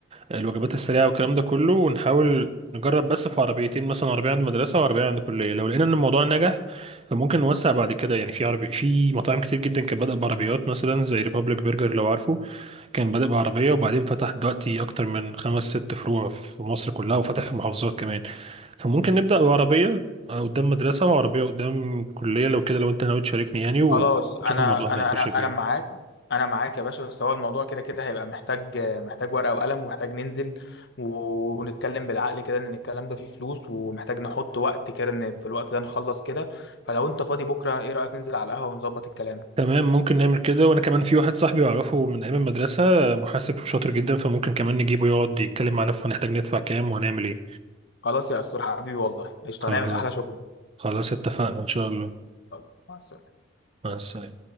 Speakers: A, on the right (about 30°); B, on the left (about 55°).
A: الوجبات السريعة والكلام ده كله ونحاول نجرب بس في عربيتين مثلا عربية عند مدرسة وعربية عند كلية لو لقينا ان الموضوع نجح فممكن نوسع بعد كده يعني في عربي في مطاعم كتير جدا كانت بادئة بعربيات مثلا زي ريبابليك برجر لو عارفه كان بادئ بعربية وبعدين فتح دلوقتي أكتر من خمس ست فروع في مصر كلها وفتح في محافظات كمان فممكن نبدأ بعربية آه، قدام مدرسة وعربية قدام كلية لو كده لو أنت ناوي تشاركني يعني ونشوف
B: خلاص انا
A: الموضوع هنا
B: انا
A: هيخش
B: انا
A: فين
B: انا معاك انا معاك يا باشا بس هو الموضوع كده كده هيبقى محتاج محتاج ورقه وقلم ومحتاج ننزل و- ونتكلم بالعقل كده ان الكلام ده فيه فلوس ومحتاج نحط وقت كده ان في الوقت ده نخلص كده فلو انت فاضي بكره ايه رايك ننزل على القهوه ونظبط الكلام
A: تمام ممكن نعمل كده وأنا كمان في واحد صاحبي أعرفه من أيام المدرسة محاسب شاطر جدا فممكن كمان نجيبه يقعد يتكلم معانا فهنحتاج ندفع كام وهنعمل إيه
B: خلاص يا اسطور حبيبي والله قشطه
A: خل-
B: هنعمل احلى شغل
A: خلاص اتفقنا إن شاء الله
B: يلا، مع السلامه
A: مع السلامة